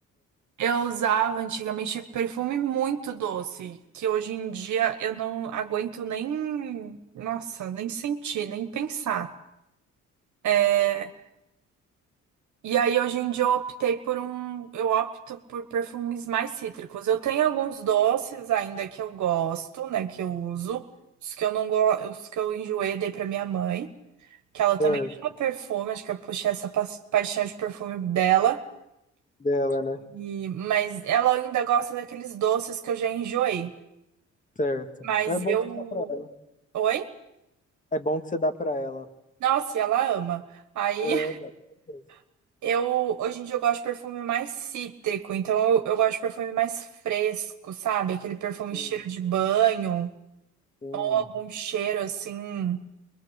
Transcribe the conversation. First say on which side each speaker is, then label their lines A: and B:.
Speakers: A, on the right (about 70°); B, on the left (about 25°).
A: Eu usava antigamente perfume muito doce, que hoje em dia eu não aguento nem, nossa, nem sentir, nem pensar. É, E aí hoje em dia eu optei por um, eu opto por perfumes mais cítricos. Eu tenho alguns doces ainda que eu gosto, né, que eu uso. Os que eu não gosto, os que eu enjoei, dei pra minha mãe. que ela também
B: Certo,
A: ama perfume, acho que eu puxei essa pa- paixão de perfume dela.
B: dela, né?
A: E, mas ela ainda gosta daqueles doces que eu já enjoei.
B: Certo.
A: Mas
B: É bom
A: eu.
B: que dá pra ela.
A: Oi?
B: É bom que você dá pra ela.
A: Nossa, e ela ama. Aí
B: É, dá, com certeza.
A: <laughs> eu. Hoje em dia eu gosto de perfume mais cítrico. Então eu, eu gosto de perfume mais fresco, sabe? Aquele perfume
B: Sim,
A: cheiro de banho.
B: sim.
A: Algum cheiro assim.